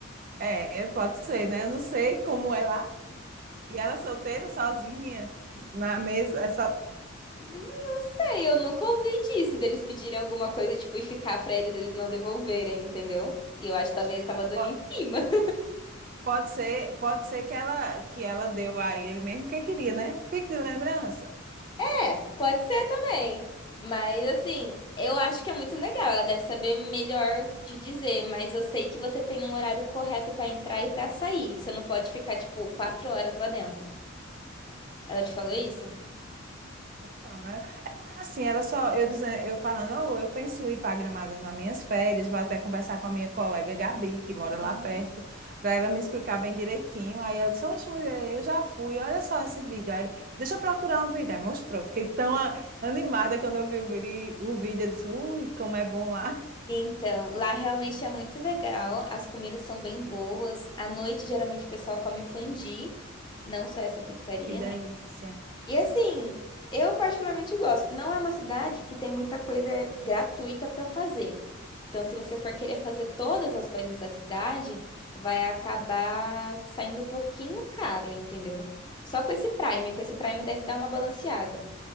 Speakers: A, on the right; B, on the left.
A: É, pode ser, né? Eu não sei como é lá. E ela é solteira, sozinha, na mesa. É só...
B: Não sei, eu nunca ouvi disso, deles pedirem alguma coisa, tipo, e ficar pra eles, eles não devolverem, entendeu? E eu acho que talvez
A: Acho que
B: tava dando
A: po-
B: em cima. <laughs>
A: Pode ser, pode ser que ela, que ela deu a ele mesmo que queria, né? Fique de lembrança.
B: É, pode ser também. Mas assim, eu acho que é muito legal. Ela deve saber melhor de dizer, mas eu sei que você tem um horário correto pra entrar e pra sair. Você não pode ficar, tipo, quatro horas lá dentro. Ela te falou isso?
A: Não, é, é porque assim, ela só, eu dizendo, eu falando, "Oh, eu penso em ir para Gramado nas minhas férias, vou até conversar com a minha colega Gabi, que mora lá
B: Uhum.
A: perto, para ela me explicar bem direitinho. Aí ela disse, oxe, mulher, eu já fui, olha só esse vídeo. Aí, deixa eu procurar um vídeo. Aí mostrou, fiquei tão a- animada quando eu vi o, vídeo, o vídeo, eu disse, ui, como é bom lá, <laughs>
B: Então, lá realmente é muito legal. As comidas são bem boas. À noite, geralmente, o pessoal come fondue, não só essa pizzaria,
A: que delícia.
B: E assim, eu particularmente gosto. Não é uma cidade que tem muita coisa gratuita para fazer. Então, se você for querer fazer todas as coisas da cidade, vai acabar saindo um pouquinho caro, entendeu? Só com esse Prime, com esse Prime deve dar uma balanceada.